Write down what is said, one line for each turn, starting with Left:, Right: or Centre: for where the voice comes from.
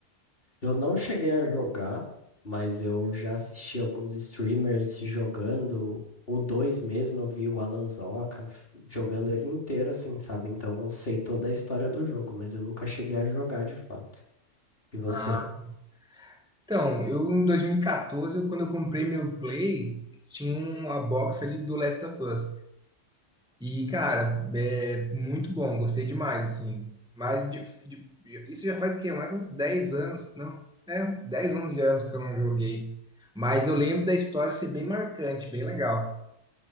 Left: Eu não cheguei a jogar, mas eu já assisti alguns streamers jogando. O 2 mesmo, eu vi o Alan Zoca f- jogando ele inteiro, assim, sabe? Então eu sei toda a história do jogo, mas eu nunca cheguei a jogar de fato. E você?
Centre: Ah, então, eu em 2014, eu- quando eu comprei meu Play, tinha uma box ali do Last of Us. E, cara, é muito bom, gostei demais, assim. Mas de- de- isso já faz o quê? Mais uns 10 anos, não? É, 10 11 anos que eu não joguei. Mas eu lembro da história ser bem marcante, bem legal.